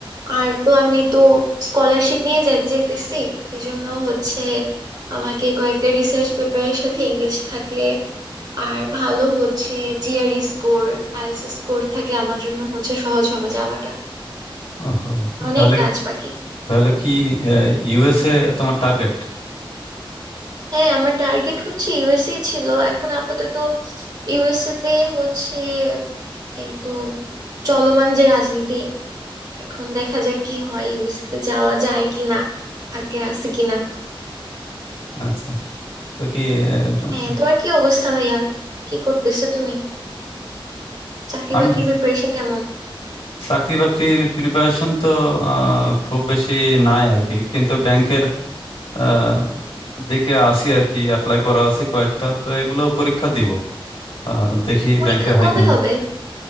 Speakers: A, on the right; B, on the left.
A: আর তো আমি তো স্কলারশিপ নিয়ে যাইতে চাইতেছি এজন্য হচ্ছে আমাকে কয়েকটা রিসার্চ পেপারের সাথে এঙ্গেজ থাকলে আর ভালো হচ্ছে জিআরই স্কোর আইএলটিএস স্কোর থাকলে আমার জন্য হচ্ছে সহজ হবে যাওয়াটা
B: ওহো
A: অনেক
B: তাহলে
A: কাজ বাকি
B: তাহলে কি ইউএসএ তোমার টার্গেট
A: হ্যাঁ আমার টার্গেট হচ্ছে ইউএসএ ছিল এখন আপাতত ইউএসএ তে হচ্ছে এই তো চলমান যে রাজনীতি এখন দেখা যাক কি হয় ইউএসএ তে যাওয়া যায় কিনা ভাগ্যে আছে কিনা
B: আচ্ছা আচ্ছা। তো কি আহ,
A: হ্যাঁ তোমার কি অবস্থা ভাইয়া কি করতেছো তুমি চাকরি
B: আমি
A: বাকরির প্রিপারেশন কেমন
B: চাকরি বাকরির প্রিপারেশন তো আহ, খুব বেশি নাই আর কি কিন্তু ব্যাংকের আহ, দিকে আসি আর কি অ্যাপ্লাই করা আছে কয়েকটা তো এগুলো পরীক্ষা দিব আহ, দেখি
A: পরীক্ষা
B: ব্যাংকে হয়
A: কবে
B: কিনা
A: হবে